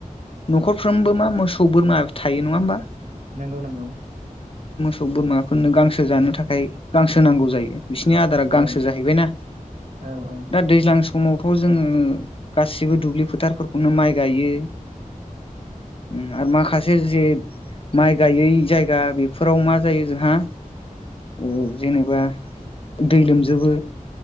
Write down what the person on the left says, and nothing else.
न'खरफ्रोमबो मा मोसौ बोरमा थायो नङा होमबा
सौ बोरमाफोरनो गांसो जानो थाखाय गांसो नांगौ जायो बिसनिया गांसो
जाहैबायना
दा दैज्लां समावथ' जोङो गासिबो दुब्लि फोथारफोरखौनो माइ गायो। उम आरो माखासि जे जे माइ गायै जायगा बेफोराव मा जायो जोंहा ओ जेनेबा दै लोम जोबो